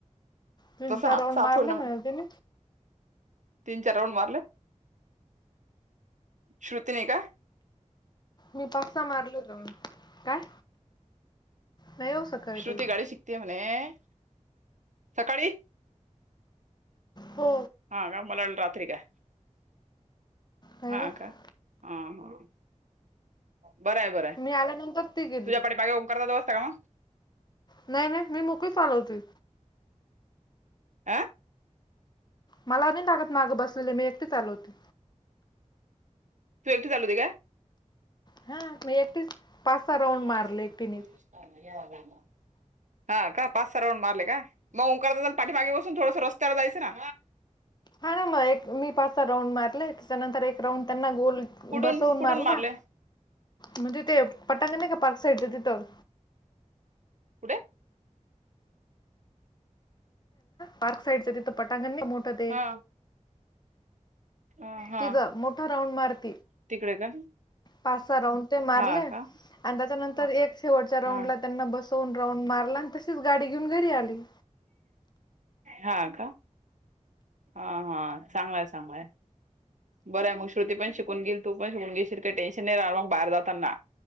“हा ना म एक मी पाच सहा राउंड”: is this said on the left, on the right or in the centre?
Left